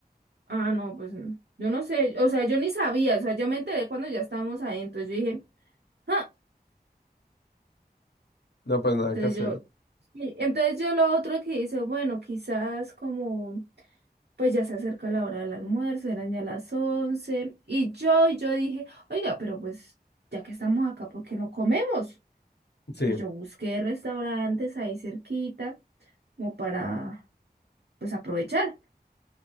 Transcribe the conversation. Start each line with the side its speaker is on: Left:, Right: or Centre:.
Right: Ah, no, pues mm, yo no sé, o sea, yo ni sabía, o sea, yo me enteré cuando ya estábamos ahí, entonces yo dije, ah,
Left: No, pues nada
Right: entonces
Left: que hacer.
Right: yo, sí, entonces yo lo otro que hice, bueno, quizás como, pues ya se acerca la hora del almuerzo, eran ya las once, y yo, y yo dije, oiga, pero pues ya que estamos acá, ¿por qué no comemos?
Left: Sí,
Right: Entonces yo busqué restaurantes ahí cerquita, como para, pues aprovechar.